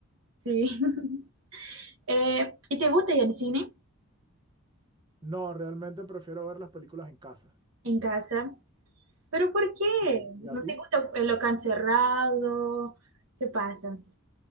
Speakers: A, on the right; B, on the right.
A: sí. <laughs> Eh, ¿y te gusta ir al cine
B: No, realmente prefiero ver las películas en casa.
A: en casa? ¿Pero por qué?
B: Sí, ¿y a
A: ¿No
B: ti?
A: te gusta el local cerrado? ¿Qué pasa?